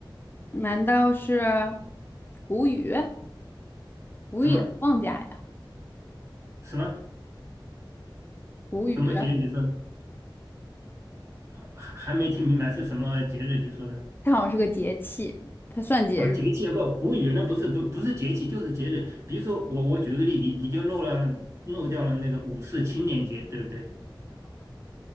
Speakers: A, on the left; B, on the right.
A: 难道是谷雨？谷雨也不放假呀？
B: 什么什么
A: 谷雨
B: 什么节？你说还还没听明白是什么节日？你说的？
A: 它好像是个节气，它算节日。
B: 啊，节气不，古语那不是不不是节气，就是节日。比如说我我举个例，你你就漏了漏掉了那个五四青年节，对不对？